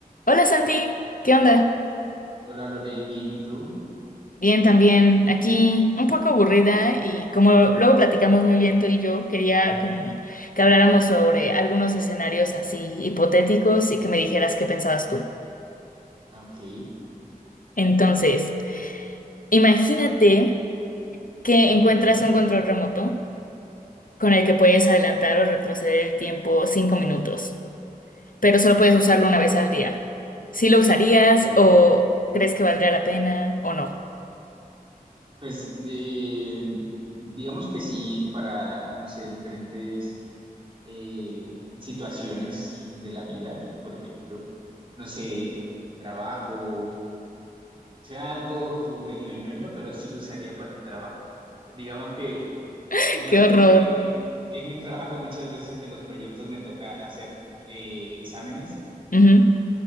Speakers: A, on the left (about 60°); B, on the right (about 35°).
A: Hola Santi, ¿qué onda?
B: Hola Lore, bien, ¿tú?
A: Bien también, aquí un poco aburrida y como luego platicamos muy bien tú y yo, quería como que habláramos sobre algunos escenarios así hipotéticos y que me dijeras qué pensabas tú.
B: Ok,
A: Entonces, imagínate que
B: ujú,
A: encuentras un control remoto con el que puedes adelantar o retroceder el tiempo cinco minutos, pero solo puedes usarlo una vez al día. ¿Sí lo usarías
B: ok.
A: o crees que valdría la pena o no?
B: Pues eh, digamos que sí, para, no sé, diferentes eh, situaciones de la vida, por ejemplo, no sé, trabajo, sea algo como medio ñoño, pero sí lo usaría para el trabajo. Digamos que,
A: <laughs>
B: digamos
A: ¡Qué horror!
B: que en, en- en mi trabajo muchas veces en los proyectos me toca hacer eh, exámenes.
A: Ujú.